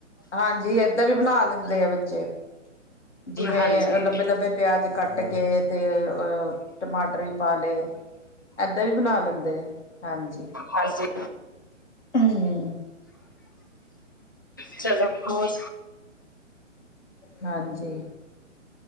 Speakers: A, on the left (about 65°); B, on the left (about 20°).
A: ਹਾਂਜੀ ਏਦਾਂ ਵੀ ਬਣਾ ਲੈਂਦੇ ਆ ਬੱਚੇ। ਜਿਵੇਂ
B: ਹਾਂਜੀ
A: ਲੰਬੇ ਲੰਬੇ ਪਿਆਜ ਕੱਟ ਕੇ ਤੇ ਅਹ ਟਮਾਟਰ ਵੀ ਪਾ ਲਏ ਏਦਾਂ ਵੀ ਬਣਾ ਲੈਂਦੇ ਆ ਹਾਂਜੀ।
B: ਹਾਂਜੀ
A: ਹਮ
B: ਚਲੋ ਹੋਰ?
A: ਹਾਂਜੀ।